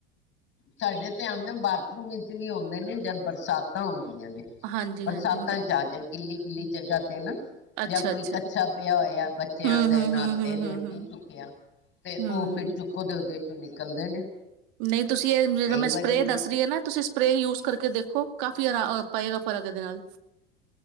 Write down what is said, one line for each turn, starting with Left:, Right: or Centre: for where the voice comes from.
Left: ਸਾਡੇ ਤੇ ਆਉਂਦੇ ਬਾਥਰੂਮ ਵਿੱਚ ਵੀ ਹੁੰਦੇ ਨੇ ਜਦ ਬਰਸਾਤਾਂ ਹੁੰ ਨੇ
Right: ਹਾਂਜੀ
Left: ਬਰਸਾਤਾਂ
Right: ਹਾਂਜੀ
Left: ਚ ਆ ਜਾ ਗਿੱਲੀ <unintelligible> ਗਿੱਲੀ ਜਗ੍ਹਾ ਤੇ ਨਾ
Right: ਅੱਛਾ-ਅੱਛਾ,
Left: ਜਾਂ ਕੋਈ ਕੱਛਾ ਪਿਆ ਹੋਇਆ ਬੱਚਿਆਂ
Right: ਹੂੰ-ਹੂੰ-ਹੂੰ-ਹੂੰ-ਹੂੰ, ਹੂੰ। ਹੂੰ
Left: ਦੇ
Right: ਹੂੰ
Left: ਨਹਾਤੇ
Right: ਹੂੰ
Left: ਨੇ
Right: ਹੂੰ
Left: ਨਹੀਂ
Right: ਹੂੰ
Left: ਚੁੱਕਿਆ ਤੇ
Right: ਹੂੰ
Left: ਉਹ ਫਿਰ ਚੁੱਕੋ ਦੇ ਉਹਦੇ ਨਿਕਲਦੇ ਨੇ
Right: ਨਹੀਂ ਤੁਸੀਂ ਇਹ ਜਿਹੜਾ
Left: ਕਈ
Right: ਮੈਂ
Left: ਵਾਰੀ
Right: ਸਪਰੇਅ
Left: ਨਿਕਲੇ
Right: ਦੱਸ ਰਹੀ ਹੈ ਨਾ
Left: ਨੇ।
Right: ਤੁਸੀਂ ਸਪਰੇ ਯੂ ਕਰਕੇ ਦੇਖੋ ਕਾਫ਼ੀ ਆਰਾ ਪਏਗਾ ਫ਼ਰਕ ਇਹਦੇ ਨਾਲ